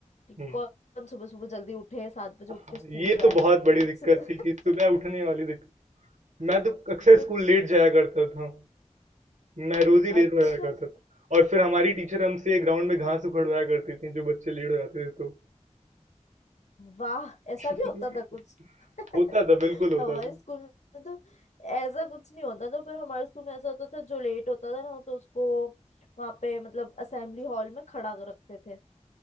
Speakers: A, on the left; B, on the right.
A: कि
B: हुँ।
A: कौन सुबह सुबह जल्दी उठे सात बजे
B: हाँ,
A: उठ के स्कूल
B: ये
A: जाए
B: तो बहुत बड़ी
A: मुझसे
B: दिक्कत
A: तो
B: थी कि सुबह उठने वाली दिक्कत।
A: <laughs>
B: मैं तो अक्सर
A: मुझसे
B: स्कूल लेट
A: तो
B: जाया करता था। मैं रोज ही लेट
A: अच्छा
B: हो जाया करता था और फिर हमारी टीचर हमसे ग्राउंड में घास उखड़वाया करती थी जो बच्चे लेट हो जाते थे तो
A: वाह ऐसा
B: <laughs>
A: भी होता था कुछ <laughs>
B: होता था बिल्कुल होता
A: हमारे
B: था
A: स्कूल में तो ऐसा कुछ नहीं होता था पर हमारे स्कूल में ऐसा होता था जो लेट होता था ना तो उसको वहां पे मतलब असेंबली हॉल में खड़ा कर रखते थे